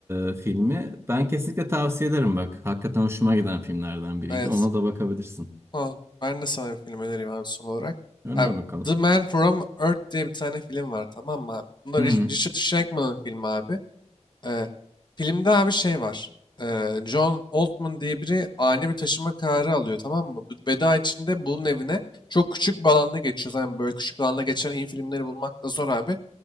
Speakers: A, on the right; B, on the left.
A: e, filmi. Ben kesinlikle tavsiye ederim bak. Hakikaten hoşuma giden filmlerden biriydi.
B: Evet.
A: Ona da bakabilirsin.
B: Ha, ben de sana bir film önereyim abi son olarak.
A: Öner
B: Abi,
A: bakalım.
B: The Man From Earth diye bir tane film var tamam mı abi? Bunda
A: Hı hı.
B: Rich- Richard Shankman'ın filmi abi. Ee, filmde abi şey var. Ee, John Altman diye biri ani bir taşıma kararı alıyor tamam mı? Bu Veda içinde bunun evine çok küçük bir alanda geçiyor. Yani böyle küçük alanda geçen iyi filmleri bulmak da zor abi.